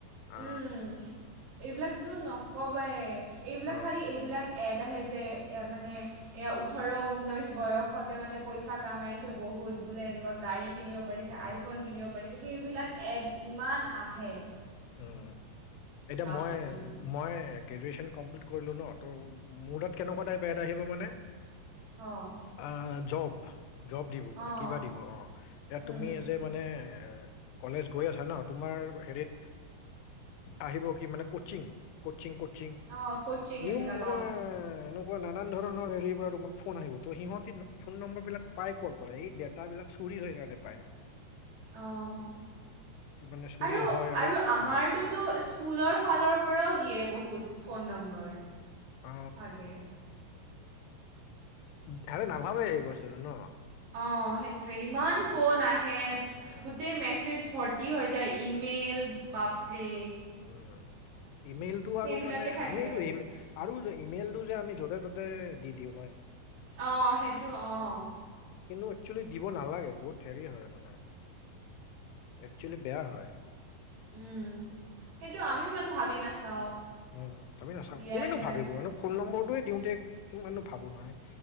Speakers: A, on the left; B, on the right.
A: আ।
B: উম এইবিলাকতো নক'বাই এইবিলাক
A: অ
B: খালী এইবিলাক এড আহে যে মানে। এয়া ওঠৰ ঊনৈশ বয়সতে মানে পইচা কামাইছে বহুত বোলে এনেকুৱা গাড়ী কিনিব। পাৰিছে
A: উম
B: আইফোন কিনিব পাৰিছে সেইবিলাক এড ইমান আহে।
A: উম, এতিয়া
B: বাপৰে
A: মই, মই গ্ৰেজুৱেচন কমপ্লিট কৰিলো ন ত' মডত কেনেকুৱা টাইপ এড আহিব মানে
B: অঁ
A: অ', জব, জব দিব মানে
B: অঁ
A: কিবা দিব অ', এ
B: উম,
A: তুমি এজে মানে এ কলেজ গৈ আছা ন তোমাৰ হেৰিত আহিব কি মানে কচিং, কচিং, কচিং
B: অঁ ক'চিং
A: নিউ
B: এইবিলাক
A: মানে
B: অঁ
A: মানে নানান ধৰণৰ হেৰি পৰা তোমাৰ ফোন আহিব ত সিহঁতি ফোন নম্বৰ বিলাক পাই ক'ৰ পৰা এই ডেতাবিলাক- চুুৰি হৈ কাৰণে পায় ন।
B: অঁ
A: ত মানে চুৰি
B: আৰু
A: হয়
B: আৰু- আমাৰটোতো
A: উম।
B: স্কুলৰ ফালৰ পৰাও দিয়ে বহুত ফোন নম্বৰ।
A: অ‍ঁ
B: চাগে
A: তেহেঁতে নাভাবে এই বস্তুটো ন।
B: অঁ' সেইটোৱে, ইমান
A: উম,
B: ফোন আহে
A: উম,
B: গোটেই মেছেজ ভত- তী হৈ যায়, ইমেইল বাপৰে।
A: উম' ইমেইল টো
B: সেইবিলাকে
A: আৰু মানে
B: থাকে
A: আমিয়ে এইটো ইমে- আৰু যে ইমেইলটো যে আমি য'তে ত'তে দি দিওঁ নহয়।
B: অঁ সেইটো অঁ।
A: কিন্তু, একচুৱেলি দিব নালাগে বহুত হেৰি হয় মানে, একচুৱেলি বেয়া হয়।
B: উম' সেইটো আমিও ইমান ভাবি নাচাওঁ,
A: উম আমি নাচাওঁ
B: দিয়াই
A: কোনেনো
B: যায়।
A: ভাবিব মানে ফোন নম্বৰটোৱে দিওঁতে কিমাননো ভাবোঁ নাই